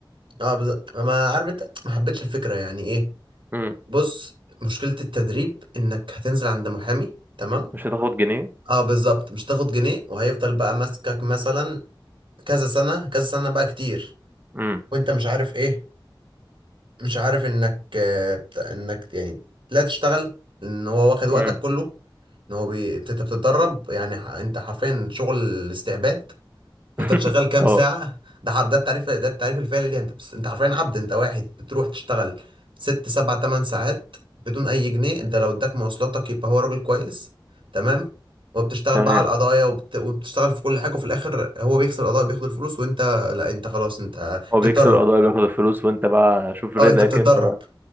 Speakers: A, on the right; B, on the right.
A: اه بز... ما عارف انت ما حبيتش الفكره يعني ايه
B: امم
A: بص مشكله التدريب انك هتنزل عند محامي تمام
B: مش هتاخد جنيه
A: اه بالظبط مش تاخد جنيه وهيفضل بقى ماسكك مثلا كذا سنه كذا سنه بقى كتير
B: امم
A: وانت مش عارف ايه مش عارف انك آه، بت- انك يعني لا تشتغل ان هو واخد وقتك
B: امم
A: كله ان هو بي... انت أنت بتتدرب يعني ح- انت حرفيا شغل استعباد تفضل
B: <laughs>
A: شغال كام
B: اه
A: ساعة ده حر ده التعريف ده التعريف الفعلي ليه انت بس انت حرفيا عبد انت واحد بتروح تشتغل ست سبع تمن ساعات بدون اي جنيه انت لو اداك مواصلاتك يبقى هو راجل كويس تمام وبتشتغل
B: تمام
A: بقى على القضايا وبت... وبتشتغل في كل حاجة وفي الاخر هو بيكسب القضايا بياخد الفلوس وانت لا انت خلاص انت بتتدرب
B: هو بيكسب القضايا بياخد الفلوس وانت بقى شوف رزقك
A: اه انت بتتدرب
B: انت بقى